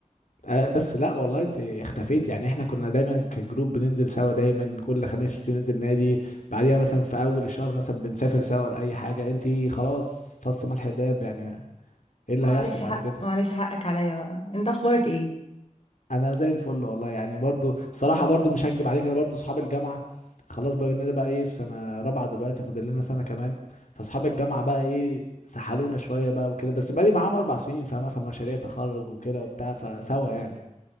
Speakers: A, on the left (about 65°); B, on the left (about 50°).
A: اه بس لا والله انت اختفيتي يعني احنا كنا دايما كجروب بننزل سوا دايما كل خميس بننزل نادي بعديها مثلا في اول الشهر مثلا بنسافر سوا لاي حاجة انت خلاص فص ملح الدايب يعني ايه اللي
B: معلش
A: هيحصل بعد
B: حق
A: كده
B: معلش حقك عليا بقى انت اخبارك ايه
A: انا زي الفل والله يعني برضو صراحة برضو مش هكدب عليك انا برضو صحاب الجامعة خلاص بقى اننا بقى ايه في سنة رابعة دلوقتي فاضل لنا سنة كمان فاصحاب الجامعة بقى ايه سحلونا شوية بقى وكده بس بقالي معاهم اربع سنين فاهمة فمشاريع تخرج وكده وبتاع فسوا يعني